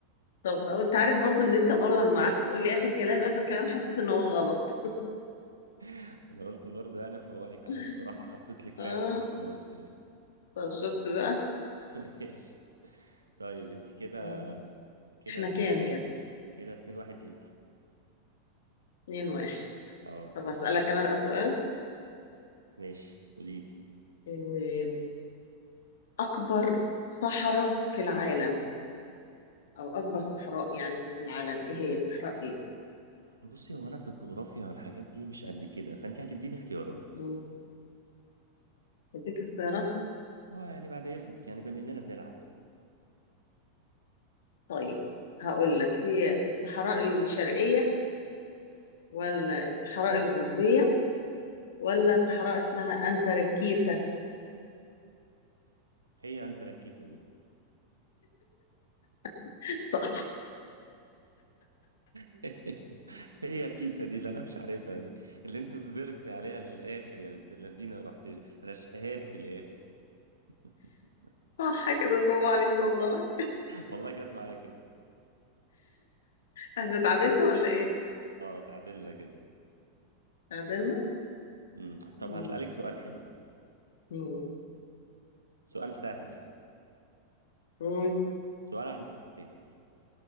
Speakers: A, on the left; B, on the right.
A: طب أو انت عارف برضو ان انت برضو لما قعدت تقول لي اخر كلام اخر كلام حسيت ان هو غلط
B: <laughs> انا قلت برضه انا فوائك عشان
A: <laughs>
B: بصراحه حطيت لك
A: اه
B: لاعب كوره في النص يعني
A: طب شفت بقى
B: <laughs> ماشي طيب انت كده
A: مم.
B: كده
A: احنا
B: كده
A: كام
B: كام
A: كده
B: كده اتنين واحد ليك
A: اتنين واحد
B: اه
A: طب هسألك انا بقى سؤال
B: ماشي قولي لي
A: إيه، اكبر صحراء في العالم او اكبر صحراء يعني في العالم ايه هي صحراء ايه
B: بصي هو انا في الجغرافيا والحاجات دي مش قد كده فانت هتديني اختيارات
A: مم. اديك اختيارات
B: اه يعني بعد اذنك يعني بما اننا بنلعب يعني
A: طيب هقول لك هي الصحراء الشرقية ولا الصحراء الغربية ولا صحراء اسمها أنتاركتيكا
B: هي انتراكيتا دي
A: <laughs> صح
B: <laughs> هي كيتا دي اللي انا مش عارفها دي اللي انت صبرتي عليها للاخر يا بنت اللذينه رحت رشقها لي في الاخر <laughs>
A: صح كده برافو عليك والله
B: والله جت معايا كده
A: احنا اتعادلنا ولا ايه؟
B: اه تعادلنا كده
A: اتعادلنا؟
B: امم
A: مم.
B: طب هسألك سؤال حلو
A: مم.
B: سؤال سهل يعني
A: قول
B: سؤال عن الستات